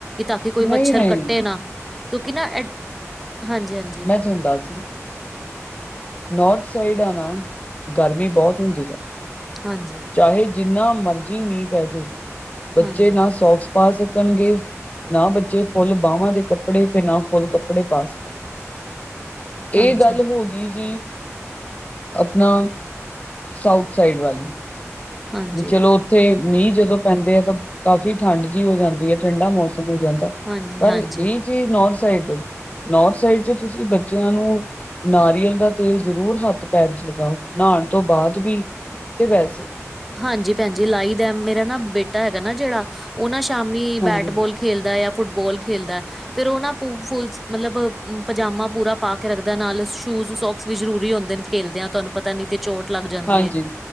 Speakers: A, in the centre; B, on the left.
A: ਤਾਂ ਕੀ ਕੋਈ
B: ਨਹੀਂ-ਨਹੀਂ
A: ਮੱਛਰ ਕੱਟੇ ਨਾ ਕਿਉਂਕਿ ਨਾ ਐ ਹਾਂਜੀ ਹਾਜੀ
B: ਹੁੰਦਾ ਸ ਨੌਰਥ ਸਾਈਡ ਆ ਨਾ ਗਰਮੀ ਬਹੁਤ ਹੁੰਦੀ ਆ
A: ਹਾਂਜੀ
B: ਚਾਹੇ ਜਿੰਨਾ ਮਰਜ਼ੀ ਮੀਂਹ ਪੈ ਜੇ ਬੱਚੇ
A: ਹਾਂਜੀ
B: ਨਾ ਸੋਕਸ ਪਾ ਸਕਣਗੇ ਨਾ ਬੱਚੇ ਫੁੱਲ ਬਾਹਵਾਂ ਦੇ ਕੱਪੜੇ ਤੇ ਨਾ ਫੁੱਲ ਕੱਪੜੇ ਪਾ ਸਕ ਇਹ
A: ਹਾਂਜੀ,
B: ਗੱਲ ਹੋ ਨੀਜੀ ਆਪਣਾ ਸਾਊਥ ਸਾਈਡ ਵਾਲ
A: ਹਾਂਜੀ,
B: ਵੀ ਚਲੋ ਉੱਥੇ ਮੀਂਹ ਜਦੋਂ ਪੈਂਦੇ ਆ ਤਾਂ ਕਾਫ਼ੀ ਠੰਡ ਜਿਹੀ ਹੋ ਜਾਂਦੀ ਹੈ ਠੰਢਾ ਮੌਸਮ ਹੋ ਜਾਂਦਾ
A: ਹਾਂਜੀ,
B: ਪਰ
A: ਹਾਂਜੀ,
B: ਇਹ ਚੀਜ਼ ਨੋਰ ਸਾਈਡ ਦੇ ਨੋਰ ਸਾਈਡ ਚ ਤੁਸੀਂ ਬੱਚਿਆਂ ਨੂੰ ਨਾਰੀਅਲ ਦਾ ਤੇਲ ਜ਼ਰੂਰ ਹੱਥ ਪੈਰ ਚ ਲਗਾਓ ਨਹਾਣ ਤੋਂ ਬਾਅਦ ਵੀ ਤੇ ਵੈਸੇ
A: ਹਾਂਜੀ ਭੈਨਜੀ ਲਾਈ ਦਾ ਮੇਰਾ ਨਾ ਬੇਟਾ ਹੈਗਾ ਨਾ ਜਿਹੜਾ ਉਹ ਨਾ ਸ਼ਾਮੀ
B: ਹਾਂਜੀ,
A: ਬੈਟ ਬੋਲ ਖੇਲਦਾ ਆ ਫੁੱਟਬੋਲ ਖੇਲਦਾ ਫੇਰ ਉਹ ਨਾ ਪੂ ਫੁਲ ਮਲਬ ਪਜਾਮਾ ਪੂਰਾ ਪਾ ਕੇ ਰੱਖਦਾ ਨਾਲ ਸ਼ੂਜ ਸੋਕਸ ਵੀ ਜ਼ਰੂਰੀ ਹੁੰਦੇ ਨ ਖੇਲ ਦੇ ਹਾਂ ਤੁਹਾਨੂੰ ਪਤਾ ਨੀ ਤੇ ਚੋਟ ਲੱਗ ਜਾਂਦੀ
B: ਹਾਂਜੀ
A: ਹੈ